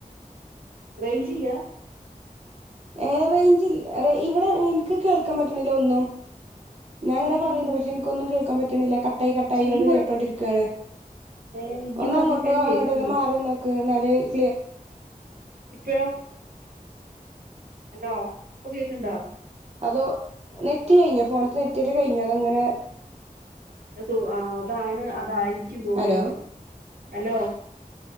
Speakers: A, on the right; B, on the right.
A: റേയ്ഞ്ചില്ല
B: ഏഹ് റേയ്ഞ്ചിൽ ഇവിടെ ഇൻക്ക് കേൾക്കാൻ പറ്റ്ണില്ല ഒന്നും ഞാൻ അങ്ങനെ
A: ഏഹ്
B: പറയ്ണ്ട് പക്ഷെ എനിക്ക് ഒന്നും കേൾക്കാൻ പറ്റ് കിട്ട്ണില്ല ക കട്ടായി കട്ടായിങ്ങോട്ട്
A: പക്ഷെ ഈ
B: കേട്ടോണ്ടിരിക്കാണ്
A: പറഞ്ഞ ഈ
B: ഒന്ന്
A: പറഞ്ഞൊക്കെ
B: അങ്ങോട്ടോ
A: ഞാൻ
B: അങ്ങോട്ടോ
A: കേക്കുന്നുണ്ട്
B: ഒന്ന് മാറി നിന്ന് നോ <unintelligible>
A: ഇപ്പഴോ ഹലോ ഇപ്പ കേക്ണ്ടോ
B: അതോ റ്റ് കയ്ഞ്ഞോ ഫോണ്ത്തെ നെറ്റ് യ്റ്റല് കയ്ഞ്ഞോ അതോ ഇങ്ങനെ
A: അത് അതാണ് അതായിരിക്കും തോന്നുന്നുണ്ട്
B: ഹലോ
A: ഹല്ലോ